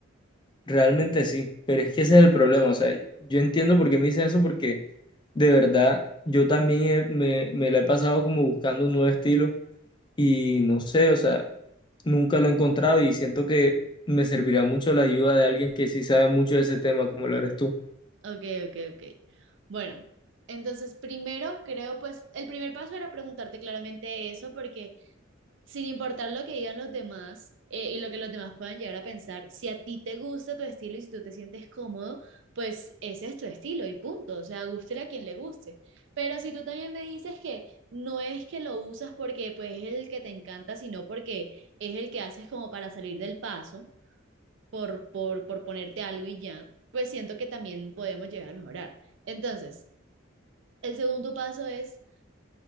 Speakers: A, on the left; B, on the right.
A: Realmente sí, pero es que ese es el problema, o sea, yo entiendo por qué me dicen eso porque de verdad yo también he- me, me la he pasado como buscando un nuevo estilo y no sé, o sea, nunca lo he encontrado y siento que me servirá mucho la ayuda de alguien que sí sabe mucho de ese tema como lo eres tú.
B: Ok, ok, ok. Bueno, entonces primero creo pues el primer paso era preguntarte claramente eso porque sin importar lo que digan los demás eh, y lo que los demás puedan llegar a pensar, si a ti te gusta tu estilo y si tú te sientes cómodo, pues ese es tu estilo y punto, o sea, guste a quien le guste. Pero si tú también me dices que no es que lo usas porque pues es el que te encanta, sino porque es el que haces como para salir del paso por, por, por ponerte algo y ya, pues siento que también podemos llegar a mejorar. Entonces, el segundo paso es